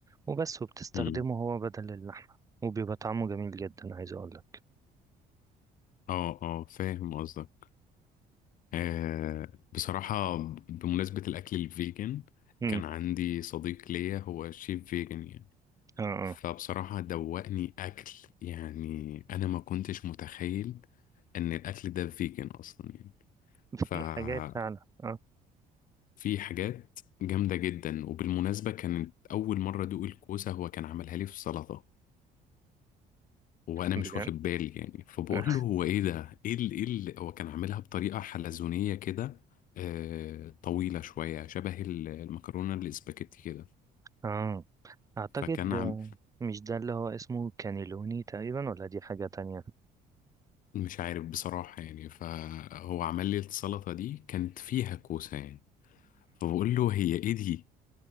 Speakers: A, on the right; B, on the left.
A: وبس وبتستخدمه
B: مم.
A: هو بدل اللحمة وبيبقى طعمه جميل جدا عايز أقولك
B: اه اه فاهم قصدك آه بصراحة بمناسبة الأكل الفيجن
A: امم
B: كان عندي صديق ليا هو شيف فيجن يعني
A: اه اه
B: فبصراحة دوقني أكل يعني أنا ما كنتش متخيل إن الأكل ده فيجن أصلا يعني ففي
A: في حاجات فعلا اه
B: حاجات جامدة جدا وبالمناسبة كانت أول مرة أدوق الكوسة هو كان عملها لي في سلطة وانا
A: بجد
B: مش واخد بالي يعني فبقول
A: <laughs> اه
B: له هو ايه ده ايه ال- ايه ال- هو كان عاملها بطريقه حلزونيه كده آه طويله شويه شبه ال- المكرونه الاسباجيتي كده
A: آه. أعتقد
B: فكان عم
A: مش ده اللي هو اسمه كانيلوني تقريبا ولا دي حاجة تانية
B: مش عارف بصراحه يعني فهو عمل لي السلطه دي كانت فيها كوسه يعني فبقول له هي ايه دي